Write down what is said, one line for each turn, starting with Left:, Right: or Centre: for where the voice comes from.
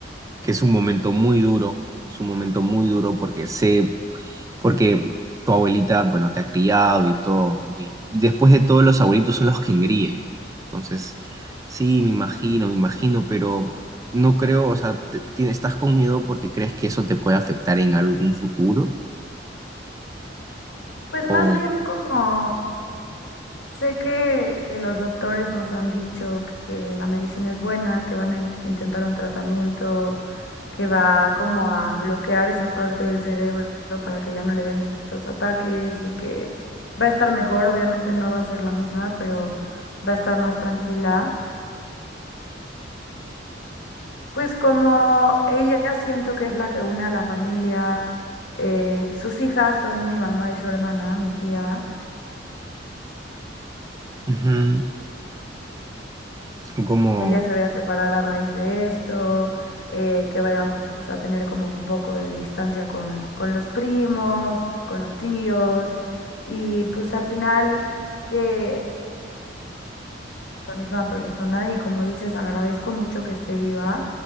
Right: que es un momento muy duro, es un momento muy duro porque sé porque tu abuelita, bueno, te ha criado y todo, ¿no? Y, y después de todo, los abuelitos son los que engríen. Entonces, sí, me imagino, me imagino, pero no creo, o sea, te- tienes- estás con miedo porque crees que eso te puede afectar en algún futuro
Left: Pues
Right: o
Left: más bien como sé que, que los doctores nos han dicho que la medicina es buena, que van a in- intentar un tratamiento que va como a bloquear esa parte del cerebro para que ya no le den estos ataques y que va a estar mejor. Obviamente no va a ser la misma, pero va a estar más tranquila. Pues como ella siento que es la que une a la familia, eh, sus hijas son mi mamá y su hermana, mi tía.
Right: Ujú, como,
Left: La familia se vaya a separar a raíz de esto, eh, que vayamos a tener como un poco de distancia con, con los primos, con los tíos, y pues al final que la misma persona, y como dices, agradezco mucho que esté viva,